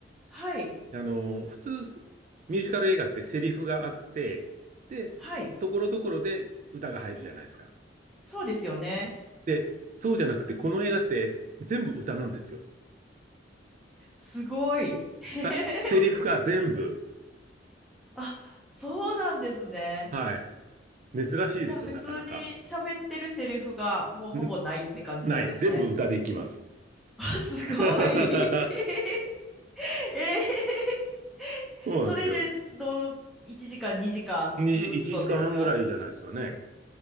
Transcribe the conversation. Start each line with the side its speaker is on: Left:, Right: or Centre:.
Centre: はい、
Right: あの、普通、ミュージカル映画ってセリフがあって、で、
Centre: はい。
Right: ところどころで歌が入るじゃないですか。
Centre: そうですよね。
Right: で、そうじゃなくて、この映画って全部歌なんですよ。
Centre: すごい。<laughs>
Right: はいセリフが全部。
Centre: あ、そうなんですね。
Right: はい。珍しいですよ、
Centre: じゃあ普通に喋ってるセリフがもうほぼないって感じなんですね。
Right: なかなか。んない。全部歌でいきます。
Centre: <laughs> あすごい。
Right: <laughs> そ
Centre: <laughs> えー、
Right: うなんですよ。
Centre: それでどう1時間2時間ずーっとですか
Right: 2じ1時間半ぐらいじゃないですかね。